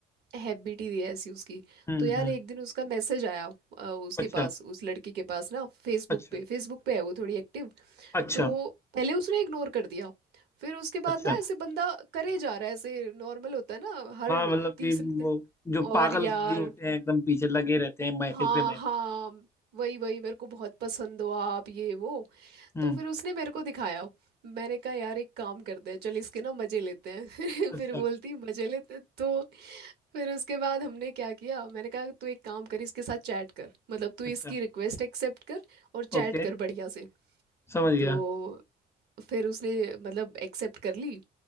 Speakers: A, on the right; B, on the left.
A: हैप्पी टी दी है ऐसी उसकी
B: हम्म
A: तो यार
B: हम्म
A: एक दिन उसका मैसेज आया अ, उसके
B: अच्छा
A: पास उस लड़की के पास ना फेसबुक
B: अच्छा
A: पे फेसबुक पे है वो थोड़ी एक्टिव
B: अच्छा
A: तो पहले उसने इग्नोर कर दिया फिर उसके बाद
B: अच्छा
A: ना ऐसे बंदा करे जा रहा है ऐसे नॉर्मल होता है ना हर
B: हाँ मतलब
A: तीसरे
B: कि वो
A: दिन
B: जो
A: और
B: पागल
A: यार
B: भी होते हैं एकदम पीछे लगे रहते हैं मैसेज
A: हाँ
B: पे मैसेज
A: हाँ वही वही मेरे को बहुत पसंद हो आप ये वो
B: हम्म
A: तो फिर उसने मेरे को दिखाया मैंने कहा यार एक काम करते हैं चल इसके ना मजे लेते हैं <laughs>
B: अच्छा
A: फिर बोलती मजे लेते हैं।" तो फिर उसके बाद हमने क्या किया मैंने कहा तू एक काम कर इसके साथ चैट कर मतलब तू
B: अच्छा
A: इसकी रिक्वेस्ट एक्सेप्ट कर और चैट
B: ओके
A: कर बढ़िया से
B: समझ गया
A: तो फिर उसने मतलब एक्सेप्ट कर ली